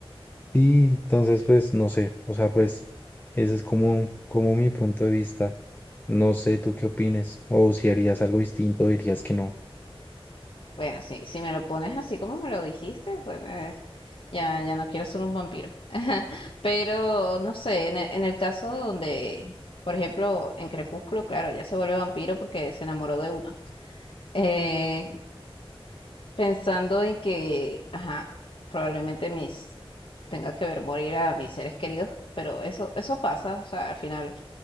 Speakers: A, on the left; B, on the left.
A: sí, entonces, pues, no sé, o sea, pues, ese es como, como mi punto de vista. No sé, ¿tú qué opines? O si harías algo distinto, o dirías que no.
B: Bueno, sí, si me lo pones así como me lo dijiste, bueno, eh, ya, ya no quiero ser un vampiro. <laughs> Pero, no sé, en el, en el caso donde, por ejemplo, en Crepúsculo, claro, ya se vuelve vampiro porque se enamoró de uno. Eh, pensando en que, ajá, probablemente mis tenga que ver morir a mis seres queridos, pero eso, eso pasa, o sea, al final